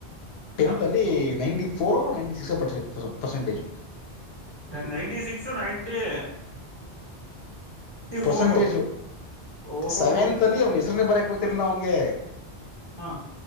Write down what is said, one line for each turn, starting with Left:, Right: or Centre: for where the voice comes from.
Right: ಹಾ
Left: ಟೆಂತ್ಲನೈಂಟಿ four ninety six per percentage <unintelligible>
Right: ninety six to ninety <unintelligible>
Left: percentage
Right: four ಓಹೋ
Left: ಸೆವೆಂತ್
Right: ಹೋ
Left: ಅಲ್ಲಿ ಅವನ ಹೆಸ್ರನ್ನ ಬರ <unintelligible> ಬರ್ತಿರಲಿಲ್ಲ <unintelligible> ಅವನ್ಗೆ
Right: ಹಾ <unintelligible>